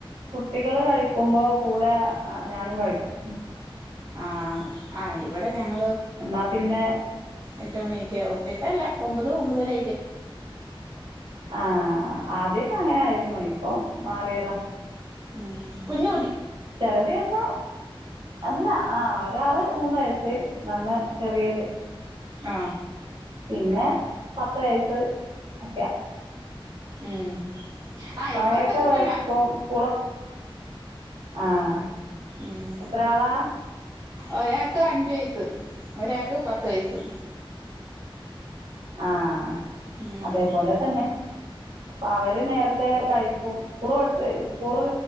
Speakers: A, on the right (about 75°); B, on the right (about 35°).
A: കുട്ടികള് കഴിക്കുമ്പോ കൂടെ ഞാനും കഴിക്കും.
B: ആ ആ ഇവിടെ ഞങ്ങ
A: എന്നാ പിന്നെ
B: എട്ട് മണിയക്ക്കവും ഇട്ടല്ല ഒമ്പത് ഒമ്പത്തര.
A: ആഹ ആദ്യക്കെ അങ്ങനൊയിരുന്നു. അപ്പൊ മാറിയതാ
B: ഉം കുഞ്ഞ
A: ചല ദിവസം അല്ല ആ ഒരാള് മൂന്ന് വയസ്, നന്ന ചെറിയത്
B: ആ
A: പിന്നെ പത്ത് വയസ് ഒക്കെയ
B: ഉം ആഹ്
A: അപ്പ
B: ഇവിടെ
A: അവരൊക്കെ
B: അതൊക്കെ
A: <unintelligible>
B: തന്നാ
A: ഇപ്പ സ്കൂളൊക്കെ ആഹ
B: ഉം
A: എത്രളാ
B: ഒരാൾക്ക് അഞ്ച് വയസ്സ്, ഒരാൾക്ക് പത്ത് വയസ്സ്.
A: ആഹ
B: ഉം
A: അതേപോലെ തന്നെ അപ്പൊ അവര് നേരത്തെ കഴ സ്കൂള് പ സ്കൂള്